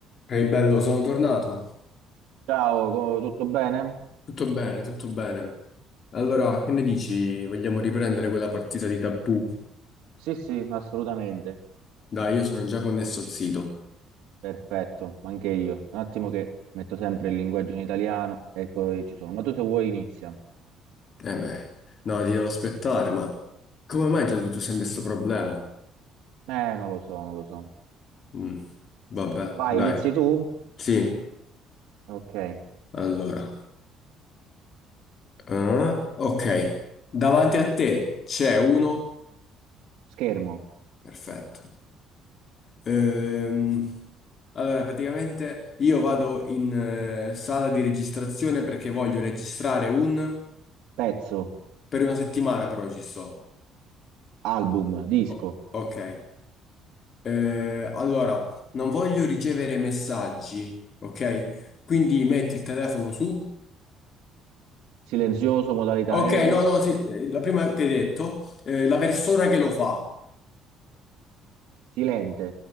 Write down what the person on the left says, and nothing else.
Ehi bello, sono tornato.
Tutto bene, tutto bene. Allora, che ne dici? Vogliamo riprendere quella partita di tabù?
Dai, io sono già connesso al sito.
Eh beh, no, ti devo aspettare, ma come mai c'è tutto sempre questo problema?
Mm, Vabbè,
dai.
Sì,
allora. Ah, ok, davanti a te c'è uno.
Perfetto. Ehm, allora, praticamente io vado in eh, sala di registrazione perché voglio registrare un...
per una settimana però ci sto.
Oh, ok. Eh, allora, non voglio ricevere messaggi, ok? Quindi metti il telefono su.
Ok,
no, no, sì, eh, la prima che hai detto, eh, la persona che lo fa.